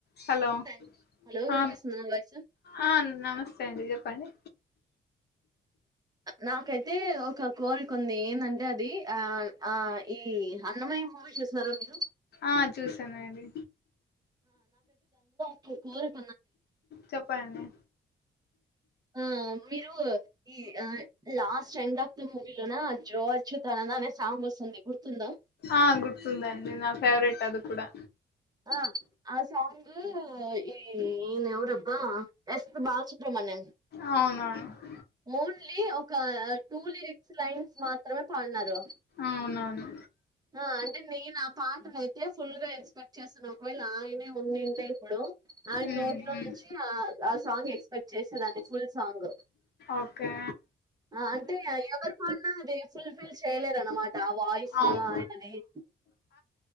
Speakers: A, on the left (about 70°); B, on the right (about 20°).
A: Hello
B: నమస్తే అండి. Hello
A: ఆ
B: వినిపిస్తుందా నా వాయిస్
A: ఆ నమస్తే అండి చెప్పండి.
B: నాకైతే ఒక కోరిక ఉంది ఏందం టే అది అయ్ అయ్ ఈ అన్నమయ్య మూవీ చూస్తున్నారా మీరు
A: ఆ చూసాను అండి.
B: ర <unintelligible>
A: చెప్పండి.
B: ఆ మీరు ఈ ఆ లాస్ట్ ఎండ్ ఆఫ్ ద మూవీలోనా జో అచ్చుత అనే సాంగ్ వస్తుంది గుర్తుందా
A: ఆ గుర్తుందండి నా ఫేవరెట్ అది కూడా
B: ఆ ఆ సౌంగ్ ఈ ఈనెవరబ్బా ఎస్ పి బాలసుబ్రమణ్యం
A: అవునవును
B: మోన్లీ ఒక అర్ టూ లిరిక్స్ లైన్స్ మాత్రమే పాడినారు
A: అవునవును
B: ఆ అంటే నేను ఆ పాటనైతే ఫుల్ గా ఎక్స్పెక్ట్ చేశాను ఒకవేళ ఆయనే ఉనింటే ఇప్పుడు ఆయన
A: ఉమ్
B: నోట్లో
A: ఉమ్
B: నుంచి ఆ ఆ సాంగ్ ఎక్స్పెక్ట్ చేసేదాన్ని ఫుల్ సాంగ్
A: ఓకే
B: ఆ అంటే ఎవరు పాడినా అది ఫుల్ఫిల్ చేయలేరనమాట ఆ వాయిస్
A: అవును
B: ఆయనది